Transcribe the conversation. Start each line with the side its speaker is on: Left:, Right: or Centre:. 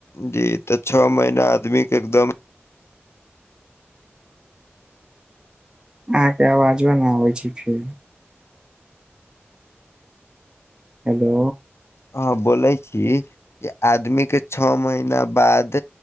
Left: जी त छ महीना आदमीके एकदम
Right: अहाँके आवाजबा न आबैय छैय फेर। हेलो।
Left: हॅंऽ बोलै छी जे आदमी के छओ महीना बाद